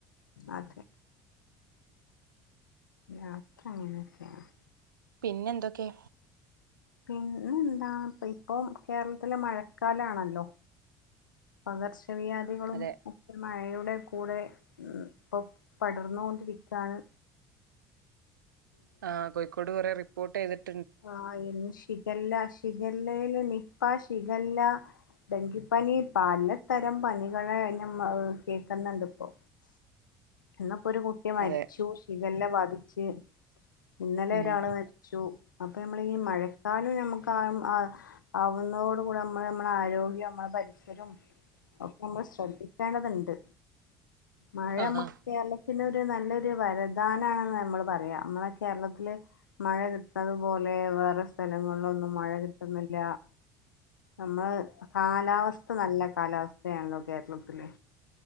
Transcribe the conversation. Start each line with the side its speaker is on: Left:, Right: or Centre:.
Left: അതേ യാത്ര അങ്ങനൊക്കെയാണ്
Right: പിന്നെ എന്തൊക്കെ
Left: പിന്നെ എന്താ ഇപ്പൊ കേരളത്തില് മഴക്കാലാണല്ലോ പകർച്ചവ്യാധികളും
Right: അതെ
Left: ഒക്കെ മഴയുടെ കൂടെ ഇപ്പൊ പടർന്നുകൊണ്ടിരിക്കയാണ്
Right: ആ കോഴിക്കോട് കുറെ റിപ്പോർട്ട് ചെയ്തിട്ട്
Left: ആ ഇന്ന് ഷിഗെല്ല ഷിഗലേല് നിപ്പാ, ഷിഗെല്ല ഡെങ്കിപ്പനി പലതരം പനികളെ ഞ്ഞമ്മ കേൾക്ക്‌ന്ന്ണ്ട് ഇപ്പോ ഇന്ന്പ്പൊ ഒരു കുട്ടി മരിച്ചു
Right: അതെ
Left: ഷിഗെല്ല ബാധിച്ച് ഇന്നലെ
Right: ഉം
Left: ഒരാള് മരിച്ചു ഒക്ക നമ്മള് ഈ മഴക്കാലം നമ്മ ക്കാലം ആ ആവുന്നതോട് കൂടെ നമ്മള് നമ്മടെ ആരോഗ്യം നമ്മളെ പരിസരോം ഒക്കേംമ്മള് ശ്രദ്ധിക്കേണ്ടത്ണ്ട് മഴ
Right: ആഹാ
Left: മ്മ് ക്കലക്കന് ഒരു നല്ലൊരു വരധാനാണാന്ന് മ്മള് പറയാ മ്മളെ കേരളത്തില് മഴ കിട്ടണത് പോലെ വേറെ സ് ഥലങ്ങളിലൊന്നും മഴ കിട്ടുന്നില്ല നമ്മള് കാലാവസ്ഥ നല്ല കാലാവസ്ഥയാണല്ലോ കേരളത്തില്